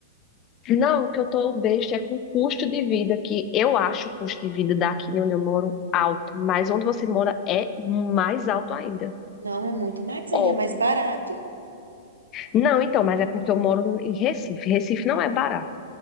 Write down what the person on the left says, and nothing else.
não, o que eu tô besta é com o custo de vida, que eu acho o custo de vida daqui onde eu moro alto, mas onde você mora é mais alto ainda.
Ó,
não, então, mas é porque eu moro em Recife. Recife não é barato.